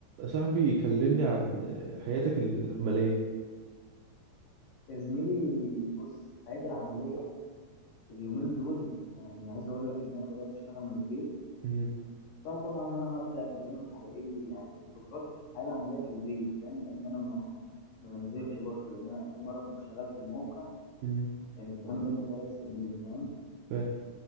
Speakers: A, on the right; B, on the left.
A: صاحبي كلمني عن حياتك العملية
B: يا زميلي بص حياتي العملية اليومين دول يعني عايز أقول لك إن أنا بدأت أشتغل من البيت
A: مم.
B: فطبعا أنا هبدأ أكلمك على إيه يعني خبراتي في الحياة العملية في البيت فاهم لأن أنا ما ما بنزلش برضه لأن أنا آخر مرة كنت شغال في الموقع
A: مم.
B: كان الكلام ده من ثلاث سنين فاهم
A: ف...